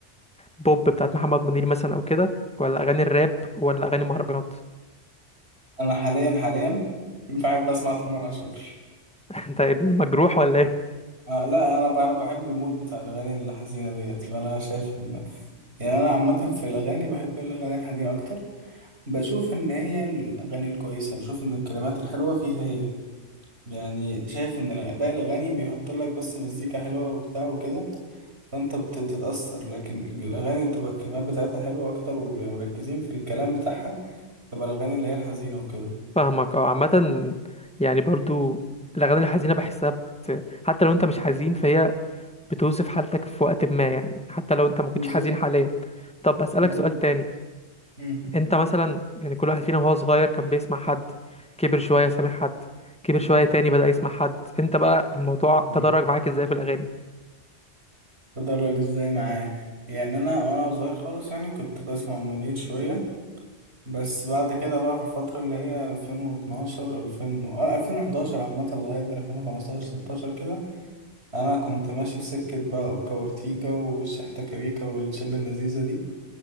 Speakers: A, in the centre; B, on the right.
A: البوب بتاعت محمد منير مثلا أو كده ولا أغاني الراب ولا أغاني مهرجانات
B: أنا حاليا حاليا بحب أسمع تامر عاشور
A: <laughs> انت المجروح ولا ايه
B: آه لا أنا ب- أنا بحب المود بتاع الأغاني الحزينة ديت فأنا شايف إن يعني أنا عامة في الأغاني بحب الأغاني الحزينة أكتر بشوف إن هي الأغاني الكويسة بشوف إن الكلمات الحلوة فيها هي يعني شايف إن باقي الأغاني بيحط لك بس مزيكا حلوة وبتاع وكده فانت بت- بتتأثر لكن الأغاني اللي بتبقى الكلمات بتاعتها حلوة أكتر وبيبقى مركزين في الكلام بتاعها تبقى الأغاني اللي هي الحزينة وكده
A: فاهمك اه عامة يعني برضو الأغاني الحزينة بحسها بت... حتى لو انت مش حزين فهي بتوصف حالتك في وقت ما يعني حتى لو انت ما
B: بالظبط
A: كنتش حزين حاليا طب أسألك
B: بالظبط
A: سؤال تاني
B: مم.
A: انت مثلا يعني كل واحد فينا وهو صغير كان بيسمع حد كبر شوية سامع حد كبر شوية تاني بدأ يسمع حد انت بقى الموضوع
B: مم.
A: تدرج معاك ازاي في الأغاني
B: تدرج ازاي معايا يعني أنا وأنا صغير خالص يعني كنت بسمع منير شوية بس بعد كده بقى في الفترة اللي هي 2012 2000 آه، 2011 عامة لغاية 2015 16 كده أنا كنت ماشي في سكة بقى أوكا وأورتيجا والشحتة كاريكا والشلة اللذيذة دي